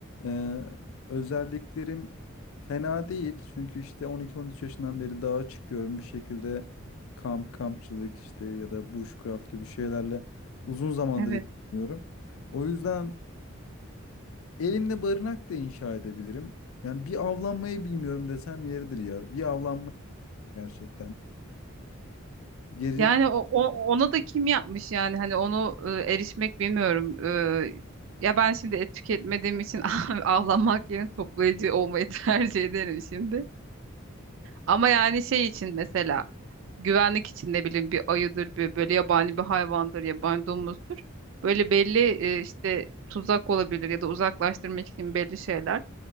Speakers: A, on the left (about 75°); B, on the right (about 65°).
A: e, özelliklerim fena değil. Çünkü işte 12-13 yaşından beri dağa çıkıyorum bir şekilde kamp kampçılık işte ya da bushcraft gibi şeylerle uzun zamandır
B: Evet.
A: ilgileniyorum. O yüzden elimde barınak da inşa edebilirim. Yani bir avlanmayı bilmiyorum desem yeridir ya. Bir avlanma gerçekten. Geri
B: Yani o, o- ona da kim yapmış yani hani onu e, erişmek bilmiyorum. E, ya ben şimdi et tüketmediğim için <laughs> avlanmak yerine toplayıcı olmayı <laughs> tercih ederim şimdi. Ama yani şey için mesela güvenlik için ne bileyim bir ayıdır bir böyle yabani bir hayvandır yabani domuzdur. Böyle belli e, işte tuzak olabilir ya da uzaklaştırmak için belli şeyler